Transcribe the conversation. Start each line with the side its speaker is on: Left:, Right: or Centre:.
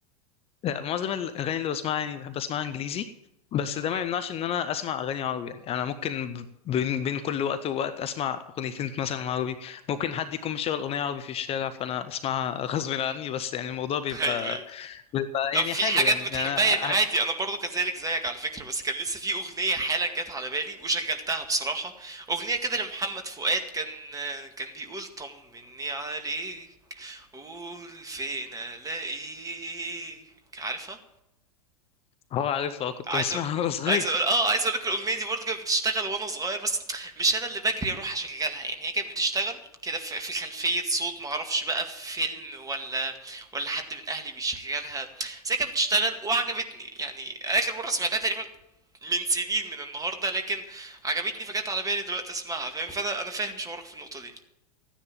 Left: لا، معظم الاغاني اللي بسمعها يعني بحب اسمعها انجليزي بس
Right: مهم.
Left: ده ما يمنعش ان انا اسمع اغاني عربي يعني انا ممكن ب- بين بين كل وقت ووقت اسمع اغنيتين مثلا عربي ممكن حد يكون مشغل اغنيه عربي في الشارع فانا اسمعها <laughs> غصب
Right: مهم.
Left: عني بس يعني الموضوع بيبقى
Right: <laughs> ايوه ايوه
Left: بيبقى
Right: طب
Left: يعني
Right: في
Left: حلو
Right: حاجات
Left: يعني
Right: بتحبها
Left: يعني أنا
Right: يعني
Left: ع-
Right: عادي انا برضو كذلك زيك على فكرة بس كان لسه في اغنية حالا جت على بالي وشغلتها بصراحة اغنية كده لمحمد فؤاد كان كان بيقول طمني عليك قول فين الاقيك عارفها
Left: هو عارفها كنت
Right: عايز
Left: بسمعها
Right: اقول
Left: <laughs> وانا صغير
Right: عايز اقول اه عايز اقول لك الاغنيه دي برضه كانت بتشتغل وانا صغير بس مش انا اللي بجري اروح اشغلها يعني هي كانت بتشتغل كده في في خلفيه صوت معرفش بقى في فيلم ولا ولا حد من اهلي بيشغلها بس هي كانت بتشتغل وعجبتني يعني اخر مره سمعتها تقريبا من سنين من النهارده لكن عجبتني فجت على بالي دلوقتي اسمعها فاهم فانا انا فاهم شعورك في النقطه دي